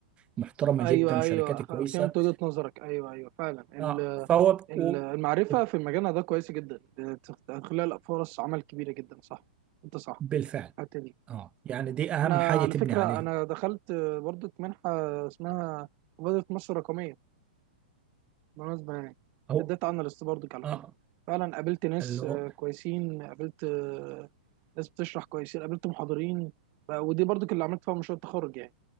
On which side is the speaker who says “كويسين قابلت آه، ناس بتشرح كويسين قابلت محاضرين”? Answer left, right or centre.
Right